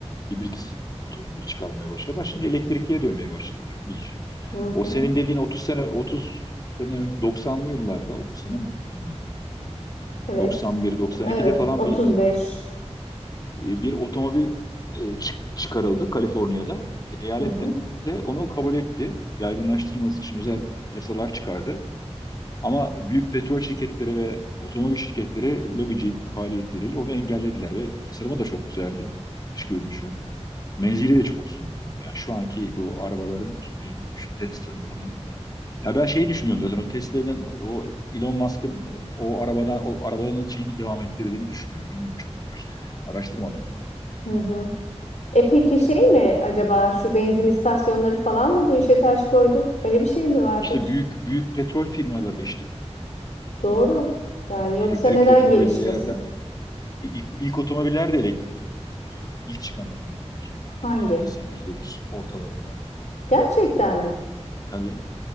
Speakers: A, on the left; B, on the left.
A: hibrit otomobili çıkarmaya başladılar. Şimdi elektrikliye dönmeye başladılar iyice.
B: Hı
A: O
B: hı.
A: senin dediğin 30 sene 30 sene ön- 90'lı yıllarda 30 sene mi oldu bilmiyorum.
B: Evet.
A: 91 92'de
B: Evet.
A: falan
B: 35.
A: bir e, bir otomobil e, çık- çıkarıldı Kaliforniya'da. Eyalet
B: Hı hı.
A: de, de onu kabul etti. Yaygınlaştırılması için özel yasalar çıkardı. Ama büyük petrol şirketleri ve otomobil şirketleri lobici faaliyetleriyle onu engellediler ve tasarımı da çok güzeldi dış görünüşü. Menzili de çok uzundu. Yani şu anki bu arabaların işte şu Tesla'nın falan. Ya ben şeyi düşünüyorum zaten o Tesla'nın o Elon Musk'ın o arabadan o arabanın şeyini devam ettirdiğini düşünüyorum. Bilmiyorum çok araş- araştırmadım.
B: Hı hı. E peki şey mi acaba şu benzin istasyonları falan mı bu işe taş koydu? Öyle bir şey mi vardır?
A: İşte büyük büyük petrol firmaları işte
B: Doğru. Yani yoksa
A: elektrikli
B: neden
A: otomobiller
B: gelişmesin?
A: E, İlk, ilk otomobiller de elektrikli bu arada. İlk çıkan otomobiller.
B: Hangi?
A: Yani 1800'lerin s- ortalarında.
B: Gerçekten mi?
A: Tabii.